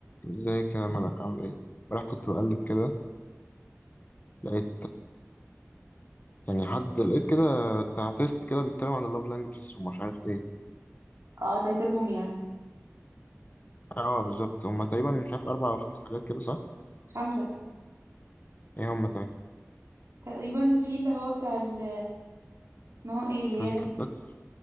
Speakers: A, on the left (about 35°); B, on the right (about 65°).
A: ازيك يا ملك عامل ايه؟ امبارح كنت بقلب كده لقيت يعني حد لقيت كده بتاع تيست كده بيتكلم عن اللاف لانجوجز ومش عارف ايه
B: اه ترتيبهم يعني
A: اه بالظبط هما تقريبا مش عارف اربع او خمس حاجات كده صح؟
B: خمسة
A: ايه هما تاني؟
B: تقريبا في اللي هو بتاع ال اسمها ايه اللي
A: فيزيكال
B: هي لم...
A: تاتش